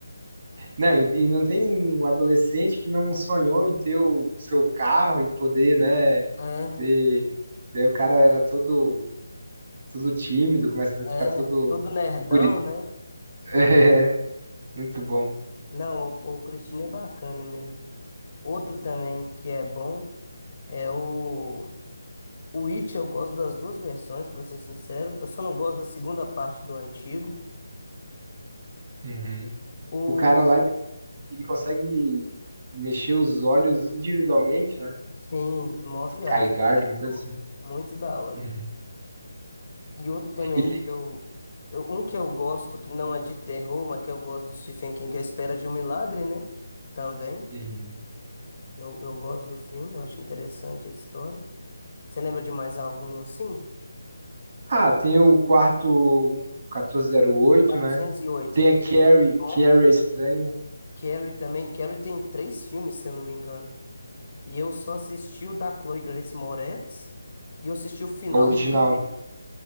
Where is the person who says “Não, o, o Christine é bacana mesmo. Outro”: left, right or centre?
Left